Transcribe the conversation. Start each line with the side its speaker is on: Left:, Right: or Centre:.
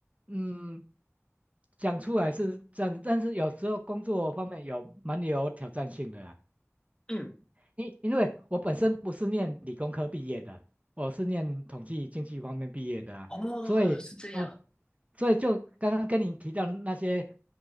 Right: 嗯，讲出来是这样子，但是有时候工作方面有蛮有挑战性的啦。
Left: 嗯，
Right: 因因为我本身不是念理工科毕业的，我是念统计经济方面毕业的啊，
Left: 哦，
Right: 所以呃，
Left: 是这样，
Right: 所以就刚刚跟你提到那些